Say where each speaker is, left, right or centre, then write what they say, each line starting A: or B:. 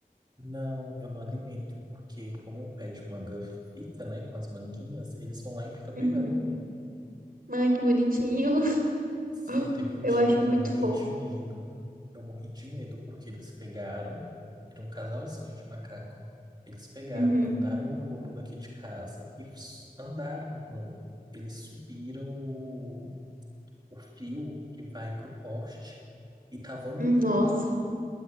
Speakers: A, on the right; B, on the right.
A: Não, eu não alimento, porque como o pé de manga fica, né, com as manguinhas, eles vão lá e fica pegando,
B: Uhum.
A: né?
B: Ai, que bonitinho. <laughs>
A: Sim, teve um
B: Eu
A: dia
B: acho
A: que
B: muito
A: eu morri
B: fofo.
A: de medo. Eu morri de medo porque eles pegaram, era um casalzinho de macaco. Eles pegaram,
B: Uhum.
A: andaram o muro daqui de casa e s- andaram, mano. Eles subiram o, o fio que vai pro poste e tava andando
B: Hum, Nossa,
A: nele.